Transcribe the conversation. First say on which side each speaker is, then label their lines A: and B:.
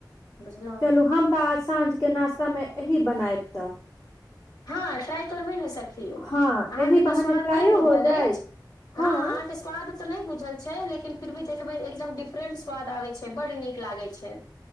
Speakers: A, on the left; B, on the left.
A: बुझलहुँ
B: चलू हम तऽ आज साँझ के नाास्ता मे ओही बनायब तऽ
A: हँ ट्राय करबै ने स खी आहाँ
B: हँ एहि
A: के
B: बहाने
A: तऽ स्वाद
B: ट्रायो
A: नहि बुझल
B: हो जाय
A: अछि अहाँ
B: हँ
A: अहाँ के स् स्वाद तऽ नहि बुझल छै लेकिन फिर भी देखबै एकदम डिफरेंट स्वाद आबे छै बड्ड नीक लागै छै